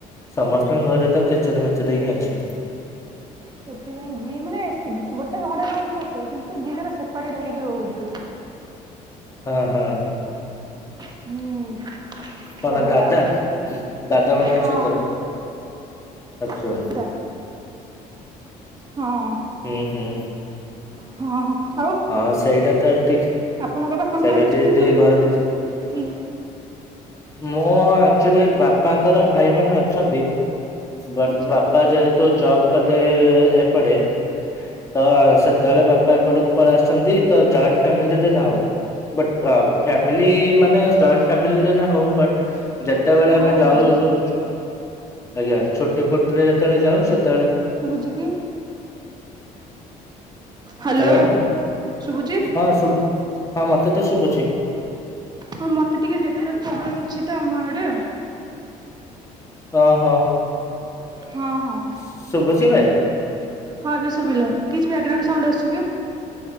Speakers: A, on the left; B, on the right.
A: ସମସ୍ତଙ୍କ ଘରେ ତ କେଚେରେ ମେଚେରେ ହିଁ ଅଛି।
B: ସେଥିପାଇଁ ଯି ମାନେ ସେ ଗୋଟେ ଘରେ ରହୁଚୁ ସତ କିନ୍ତୁ ଯିଏ ଯାର ସେପାରେଟ୍ ହେଇକି ରହୁଚୁ।
A: ହଁ ହଁ।
B: ହୁଁ। ଏଇ
A: କଣ
B: ଭଳିଆ
A: ଦାଦା
B: ଆଉ
A: ଦାଦା ମାନଙ୍କ
B: ହଁ।
A: ସହିତ ଆଚ୍ଛା
B: ଦ ହଁ।
A: ହୁଁ ହୁଁ।
B: ହଁ ଆଉ
A: ହଁ ସେଇଟା ତ ଠିକ
B: ଆପଣଙ୍କ ବାପାଙ୍କ
A: ସେଇଟା
B: ଭାଇ ଅଛନ୍ତି
A: ଟିକେ
B: ନା
A: ଟିକେ
B: ନାହିଁ?
A: ଘର ଭିତ
B: ଦି
A: ମୁଁ ଆକଚୋଲି ବାପାଙ୍କର ଭାଇମାନେ ଅଛନ୍ତି ବଟ୍
B: ଆଚ୍ଛା
A: ବା ବାପା ଯେହେତୁ ଜବ୍ କଲେ ଏପଟେ। ତ ସେତେବେଳେ ବାପା ଏପଟକୁ ପଳିଆସଚନ୍ତି ତ ଜଏଣ୍ଟ ଫ୍ୟାମିଲିରେ ନାହୁଁ। ବୁଟ୍ ଅ ଫ୍ୟାମିଲି ମାନେ ଜଏଣ୍ଟ ଫ୍ୟାମିଲିରେ ହୋଉ ବଟ୍ ଯେତେବେଳେ
B: ହଁ
A: ଆମେ
B: ମୁଁ
A: ଯାଉ
B: ବୁଝୁଛି
A: କୋଉ ଆଜ୍ଞା ଛୁଟି ଫୁ ଟିରେ ଯେତେବେଳେ ଯାଉ ସେତ
B: ଶୁଭୁଚି କି? ହାଲୋ
A: ହ୍ୟାଲୋ
B: ଶୁଭୁଚି?
A: ହଁ ଶୁଭୁ ହଁ ମତେ ତ ଶୁଭୁଚି।
B: ହଁ ମତେ ଟିକେ ନେଟୱାର୍କ ପ୍ରୋବ୍ଲେମ୍ ଅଛି ତ ଆମ ଆଡେ।
A: ଅହ।
B: ହଁ ହଁ।
A: ଶୁଭୁଚି ଏବେ?
B: ହଁ ଏବେ ସୁଭିଲା କିଛି ବ୍ୟାଗ୍ରାଉଣ୍ଡ୍ ସାଉଣ୍ଡ୍ ଆସୁଚି କି?